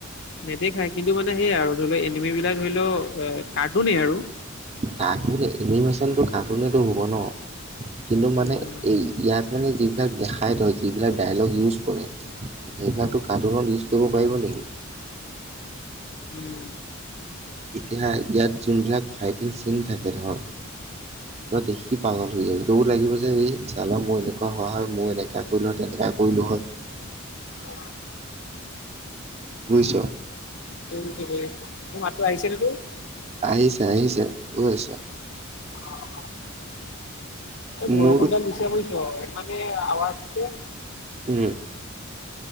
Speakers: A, on the left (about 60°); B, on the right (about 30°).
A: নেদেখাই। কিন্তু মানে সেইয়া আৰু ধৰি ল এনিমি বিলাক ধৰি ল অ কাৰ্টুনেই আৰু।
B: কাৰ্টুন এনিমেশচনটো কাৰ্টুনেটো হ'ব ন? কিন্তু মানে
A: উম
B: এই ইয়াত মানে যিবিলাক দেখাই তয়, যিবিলাক ডায়লগ ইউজ কৰে এইবিলাকতো কাৰ্টুনত ইউছ কৰিব পাৰিব নেকি?
A: উম।
B: ইতিহা ইয়াত যোনবিলাক ফাইটিং চিন থাকে ধৰ।
A: <inaudible>
B: তই দেখি পাগল হৈ যাবি তোকো লাগিব যে এই চালা মই এনেকুৱা হোৱা হয়, মই এনেকা কৰিলো হয়, তেনেকা কৰিলো হয়।
A: <inaudible>
B: বুইছ।
A: বুজিছো বুজিছো। মোৰ মাতটো আহিছেনে তোৰ?
B: আহিছে আহিছে, গৈ আছে।
A: <unintelligible> এই বৰষুণডাল
B: মোৰতো
A: দিছে বুইছ ইমানে আৱাজ দিছে।
B: উম।